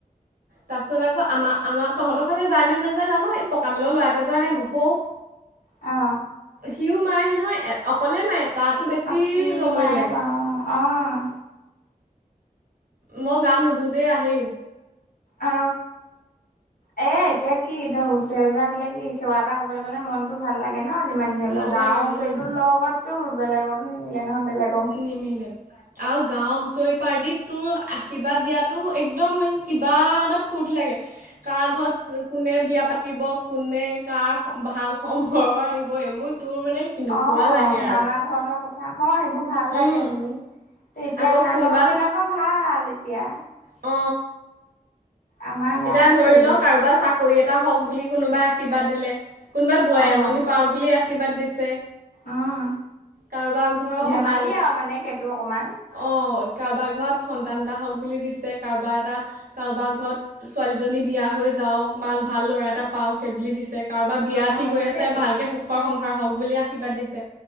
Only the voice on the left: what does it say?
অ,
সি
মাৰে
বাৰু অ',
অ এ এতিয়া কি ধৰ হুঁচৰিজোৰা আহিলে কি সেৱা এটা কৰিবলৈ পলে মনতো ভাল লাগে। থাকে ন যিমান যি হ'লেও
গাঁৱৰ
হুঁচৰিতো
লগতো বেলেগতো নিমিলে নহয় বেলেগ,
অ
নানা ধৰণৰ কথা হ সেইবোৰ ভাল লাগে
শুনি। এতিয়া
নাই
তঁহত বিলাক ভাল এতিয়া।
আমাৰ নাই
আৰু কি
কৰিবি
অ'
উম
ধেমালি
আৰু মানে সেইটো অকমান
অ'
সেইটোৱেতো